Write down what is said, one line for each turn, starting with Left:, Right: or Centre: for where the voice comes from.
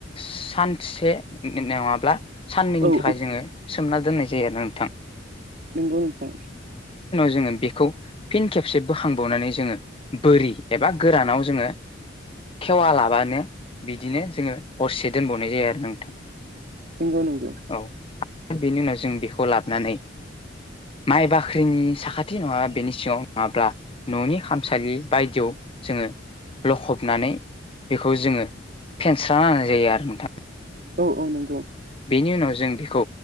Left: सानथिसे <unintelligible> नङाब्ला साननैनि
Right: औ
Left: थाखाय जोङो सोमना दोननाय जायो आरो नोंथां।
Right: नोंगौ नोंथां <unintelligible>
Left: जो बेखौ फिन खेबसे बोखांबावनानै जोङो बोरि एबा गोरानाव जोङो खेवा लाबानो बिदिनो जोङो हरसे दोनबावनाय जायो आरो नोंथां।
Right: नंगौ नगौ।
Left: औ बेनि उनाव जों बेखौ लाबोनानै माइ बाख्रिनि साखाथि नङाबा बेनि सिगङाव नङाब्ला न'नि खामसालि बायदियाव जोङो लखबनानै बेखौ जोङो फेनस्रा होननाय जायो आरो नोंथां <unintelligible>
Right: औ औ नंगौ।
Left: बेनि उनाव जों बेखौ